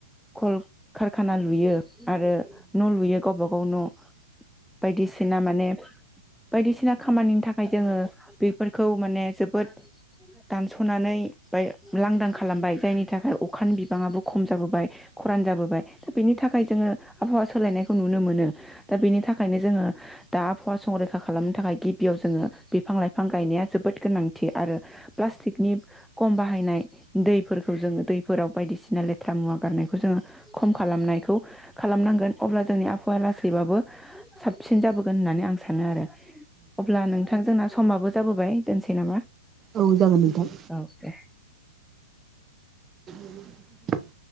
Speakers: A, in the centre; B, on the right.
A: खल कारखाना लुयो आरो न' लुयो गबा अन बायदिसिना माने बायदिसिना खामानिनि थाखाय जोङो बेफोरखौ माने जोबोद दानसनानै बाय लांदां खालामबाय जायनि थाखाय अखानि बिबाङाबो खम जाबोबाय खरान जाबोबाय दा बेनि थाखाय जोङो आबहावा सोलायनायखौ नुनो मोनो दा बेनि थाखायनो जोङो दा आफहवा संरैखा खालामनो थाखाय गिबियाव जोङो बिफां लाइफां गायनाया जोबोद गोनां थि आरो प्लास्टिकनि खम बाहायनाय दैफोरखौ जोङो दैफोराव बायदिसिना लेथ्रा मुवा गारनायखौ जोङो खम खालामनायखौ खालामनांगोन अब्ला जोंनि आबहावाया लासैबाबो साबसिन जाबोगोन होननानै आं सानो आरो अब्ला नोंथां जोंना समाबो जाबोबाय दोनसै नामा
B: औ जागोन नोंथां
A: औ दे
B: <unintelligible>